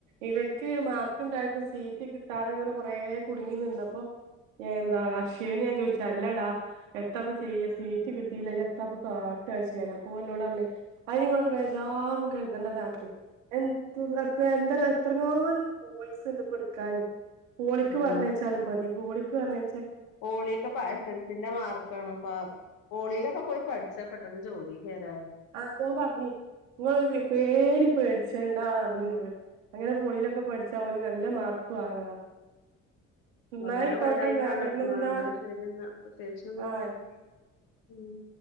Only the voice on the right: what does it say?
ഇവെർക്ക് മാർക്കുണ്ടായിട്ട് സീറ്റ് കിട്ടാതെങ്ങനെ കൊറേ കുടുങ്ങി നിന്നപ്പോ ഞാൻന്താ അക്ഷയേന്ന് ഞാൻ ചോയിച് അല്ലടാ എത്തപ്പ ചെയ്യ സീറ്റ് കിട്ടിയില്ല എത്തപ്പ കാട്ടച്ചൻ അപ്പൊ ഒൻ ന്നോടർഞ് അയിന്ങ്ങളരു ബേജാറും കരുതേണ്ടതാത്തെ. എൻ ത്ര ത്ര എന്തര എത്രങ്ങാനും കോയിസ്ണ്ട് പടുക്കാന്. പോളിക്ക്
പർഞേച്ചാലും മതി. പോളിക്ക് പർഞേ
ആതോം പർഞ് ങ്ങളൊരു വി പേടി പേടിച്ചണ്ടാർഞ്ഞിനോട്. അങ്ങനെ പൊളിയിലൊക്കെ പഠിച്ചാ ഓന് നല്ല മാർക്ക് വാങ്ങാ ന്നായിക്കോട്ടെന്നാ
പിന്നെന്താ
ആഹ്